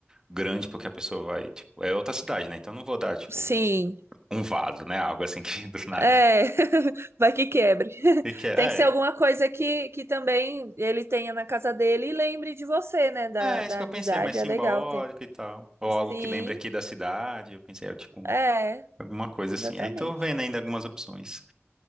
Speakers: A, on the right; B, on the right.
A: grande porque a pessoa vai, tipo, é outra cidade, né? Então eu não vou dar, tipo,
B: sim.
A: um vaso, né? Algo assim que <laughs> do nada.
B: É, <laughs> vai que quebre. <laughs>
A: E que é,
B: Tem que ser
A: é,
B: alguma coisa que, que também ele tenha na casa dele e lembre de você, né? Da,
A: é
B: da
A: isso que eu
B: amizade.
A: pensei, mais simbólico
B: É legal ter.
A: e tal. Ou
B: Sim,
A: algo que lembre aqui da cidade. Eu pensei, é, tipo,
B: é,
A: alguma coisa assim.
B: exatamente.
A: Aí tô vendo ainda algumas opções.